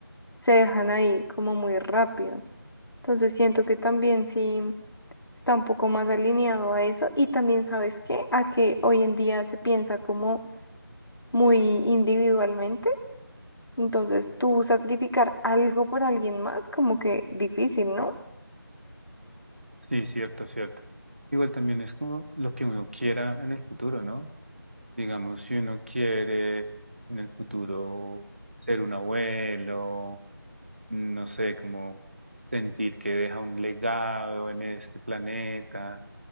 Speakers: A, on the left; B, on the right.
A: se dejan ahí como muy rápido. Entonces siento que también sí. está un poco más alineado a eso y también sabes qué, a que hoy en día se piensa como muy individualmente, entonces tú sacrificar algo por alguien más como que difícil, ¿no?
B: Sí, cierto, cierto. Igual también es como lo que uno quiera en el futuro, ¿no? Digamos, si uno quiere en el futuro ser un abuelo, no sé, como sentir que deja un legado en este planeta,